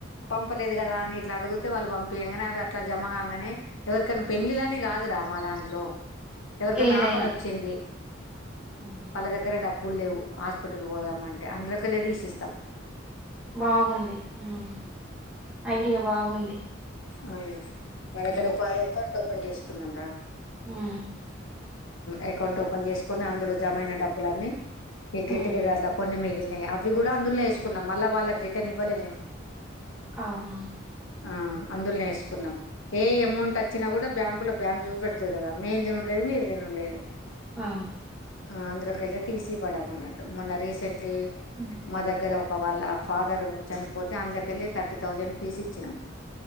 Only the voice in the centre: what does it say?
ఏదైనా.
హ్మ్.
బాగుంది హ్మ్ ఐడియా బాగుంది
హ్మ్.
హ్మ్
హ్మ్.
అవునా
ఆ
హ్మ్.